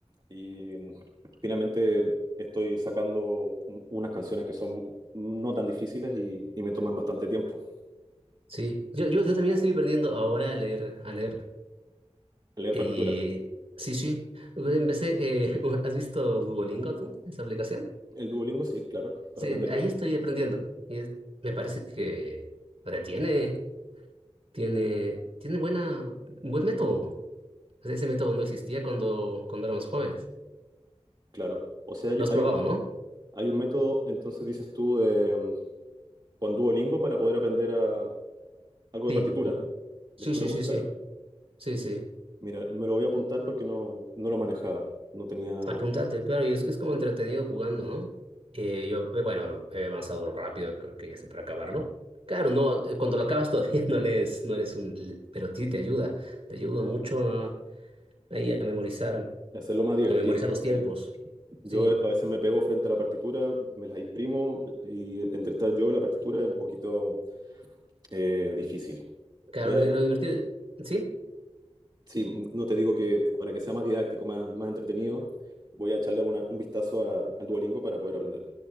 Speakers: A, on the right; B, on the right.
A: Y mm, finalmente estoy sacando un- unas canciones que son no tan difíciles y, y me toman bastante tiempo.
B: Sí, yo, yo, yo también estoy perdiendo ahora a leer, a leer.
A: Leer
B: Eh,
A: partitura.
B: sí, sí, pues empecé, eh, <laughs> ¿has visto Duolingo tú, esa aplicación?
A: El Duolingo, sí, claro,
B: Sí,
A: para aprender,
B: ahí
A: idiomas,
B: estoy aprendiendo y es- me parece que o sea, tiene, tiene, tiene buena, buen método. O sea, ese método no existía cuando, cuando éramos jóvenes.
A: claro. O sea, hay,
B: Los
A: hay
B: probaba,
A: un
B: ¿no?
A: Hay un método, entonces dices tú, de, mm, con Duolingo para poder aprender a- algo
B: Sí,
A: de partitura,
B: mu- sí,
A: lectura
B: sí,
A: musical.
B: sí, sí, sí,
A: Mi-
B: sí.
A: Mira, me lo voy a apuntar porque no, no lo manejaba, no tenía
B: Apúntate, claro, y es que es como entretenido jugando, ¿no? Eh, yo, eh, bueno, he avanzado rápido, creo que ya estoy para acabarlo. Claro, no, eh, cuando lo acabas todavía <laughs> no lees, no eres un, l- pero sí te ayuda, te ayuda mucho a, ahí a memorizar,
A: que hacerlo más divertido.
B: a memorizar los tiempos.
A: Eh, Yo
B: Sí,
A: a veces me pego frente a la partitura, me la imprimo y entre estar yo y la partitura es un poquito eh, difícil.
B: claro,
A: Voy
B: lo,
A: a,
B: lo divertido, sí,
A: sí, no te digo que para que sea más didáctico, más, más entretenido, voy a echarle una- un vistazo a- al Duolingo para poder aprender.